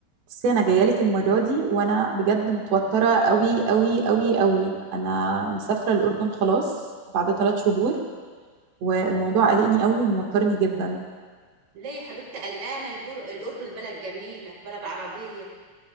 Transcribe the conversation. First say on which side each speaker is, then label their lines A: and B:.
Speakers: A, on the right (about 65°); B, on the right (about 45°).
A: بس انا جايه لك المره دي وانا بجد متوتره قوي قوي قوي قوي انا مسافره الاردن خلاص بعد ثلاث شهور والموضوع قلقني قوي وموترني جدا
B: ليه يا حبيبتي قلقانة البر... الأردن بلد جميلة بلد عربية